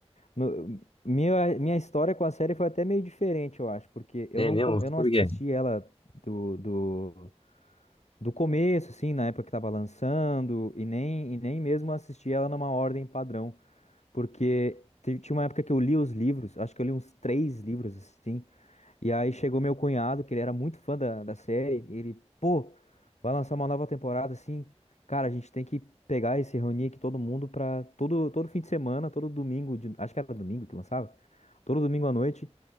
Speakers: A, on the left (about 80°); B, on the left (about 55°).
A: No- minha, minha história com a série foi até meio diferente, eu acho, porque eu
B: É
A: não,
B: mesmo?
A: com- eu não
B: Por
A: assisti
B: quê?
A: ela do, do, do começo, assim, na época que tava lançando, e nem, e nem mesmo assisti ela numa ordem padrão, porque teve- tinha uma época que eu li os livros, acho que eu li uns três livros, assim, E aí chegou meu cunhado, que ele era muito fã da, da série, e ele, pô, vai lançar uma nova temporada assim. Cara, a gente tem que pegar e se reunir aqui todo mundo pra todo, todo fim de semana, todo domingo, de- acho que era domingo que lançava, todo domingo à noite.